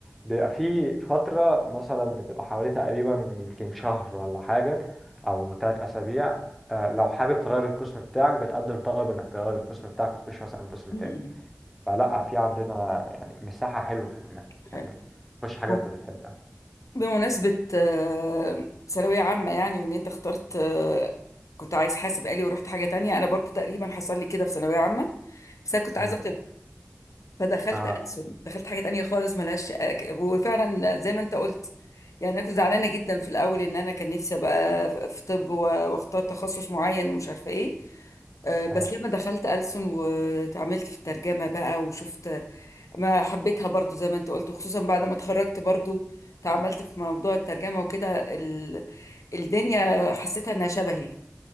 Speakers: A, in the centre; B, on the left (about 85°).
A: بيبقى في فترة مثلا بتبقى حوالي تقريبا يمكن شهر ولا حاجة أو تلات أسابيع آه، لو حابب تغير القسم بتاعك بتقدم طلب إنك تغير القسم بتاعك وتخش مثلا قسم
B: م-م.
A: تاني فلا في عندنا يعني مساحة حلوة في إنك
B: حلو
A: يعني تخش حاجة
B: ب-
A: أنت بتحبها
B: بمناسبة آه، ثانوية عامة يعني وان انت اخترت آه، كنت عايز حاسب آلي ورحت حاجة تانية انا برضو تقريبا حصل لي كده في ثانوية عامة بس انا كنت
A: مم.
B: عايزة فدخلت
A: اه
B: ألسن دخلت حاجة تانية خالص ملهاش وفعلا زي ما انت قلت يعني انا كنت زعلانة جدا في الاول ان انا كان نفسي ابقى في في طب و- واختار تخصص معين ومش عارفة ايه آه، بس
A: أيوه
B: لما دخلت ألسن واتعاملت في الترجمة بقى وشفت ما حبيتها برضو زي ما انت قلت خصوصا بعد ما اتخرجت برضو تعاملت في موضوع الترجمة وكده ال... الدنيا حسيتها انها شبهي